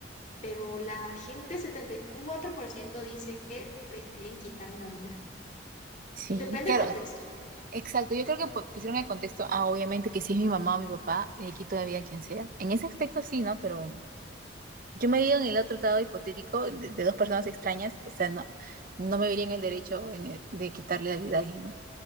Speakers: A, on the left; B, on the right.
A: pero la gente 74% dice que prefieren quitar una vida.
B: sí,
A: Depende
B: claro,
A: del contexto.
B: Exacto, yo creo que pu- pusieron el contexto, ah, obviamente que si es mi mamá o mi papá, le quito la vida a quien sea. En ese aspecto sí, ¿no? Pero yo me veía en el otro lado hipotético de, de dos personas extrañas, o sea, no, no me vería en el derecho en el- de quitarle la vida a alguien, ¿no?